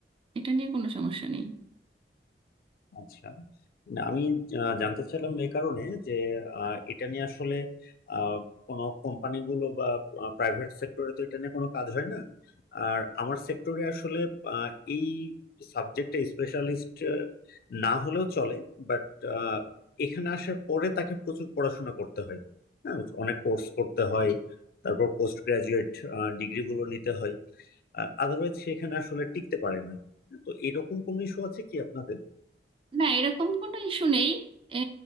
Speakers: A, on the right; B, on the left.
A: এটা নিয়ে কোনো সমস্যা নেই
B: আচ্ছা না, আমি আহ, জানতে চাইলাম এই কারণে যে আহ, এটা নিয়ে আসলে আহ, কোনো কোম্পানিগুলো বা প্রাইভেট সেক্টরে তো এটা নিয়ে কোনো কাজ হয় না আর আমার সেক্টরে আসলে আহ, এই সাবজেক্টে স্পেশালিস্ট না হলেও চলে বাট এখানে আসার পরে তাকে প্রচুর পড়াশোনা করতে হয় হ্যাঁ অনেক কোর্স করতে হয় তারপর পোস্ট গ্রাজুয়েট ডিগ্রিগুলো নিতে হয় আদারওয়াইজ সেখানে আসলে টিকতে পারে না তো এরকম কোন ইস্যু আছে কি আপনাদের
A: না এরকম কোনো ইস্যু নেই এ,